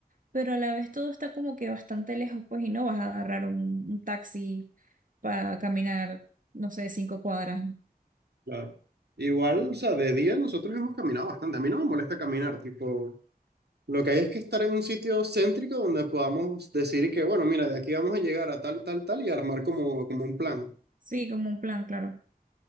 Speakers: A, on the right; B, on the right.
A: pero a la vez todo está como que bastante lejos, pues, y no vas a agarrar un, un taxi para caminar, no sé, cinco cuadras.
B: Claro. Igual, o sea, de día nosotros hemos caminado bastante. A mí no me molesta caminar, tipo, Lo que hay es que estar en un sitio céntrico donde podamos decir que, bueno, mira, de aquí vamos a llegar a tal, tal, tal y armar como, como un plan.
A: Sí, como un plan, claro.